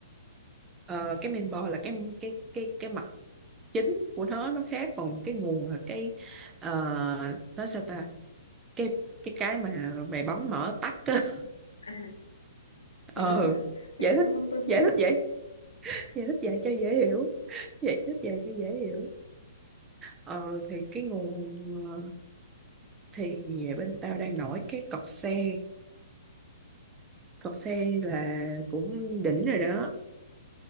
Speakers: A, on the right; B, on the left.
A: Ờ, cái main board là cái cái cái cái mặt chính của nó nó khác còn cái nguồn là cái ờ, nói sao ta cái cái cái mà mày bấm mở tắt á <laughs>
B: à mày
A: ờ
B: nói tao mày
A: giải
B: cho
A: thích
B: tao thông tin
A: giải
B: cái
A: thích vậy giải thích vậy cho dễ hiểu giải thích vậy cho dễ hiểu ờ thì cái nguồn ờ, thì bên tao đang nổi cái cọt xe cọt xe là cũng đỉnh rồi đó